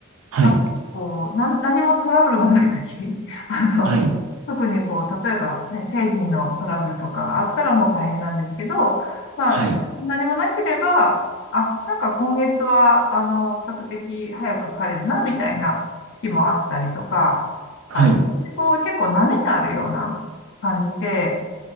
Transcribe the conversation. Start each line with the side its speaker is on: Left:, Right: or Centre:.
Right: はい、
Left: あ、こう、なん、何もトラブルがない時 <laughs> あの、
Right: はい、
Left: 特にこう、例えばね、製品のトラブルとかがあったらもう大変なんですけど、まあ、
Right: はい、
Left: 何もなければ、あ、なんか今月は、あの、比較的早く帰れるな、みたいな月もあったりとか、
Right: はい。
Left: あの、こう、結構波があるような感じで、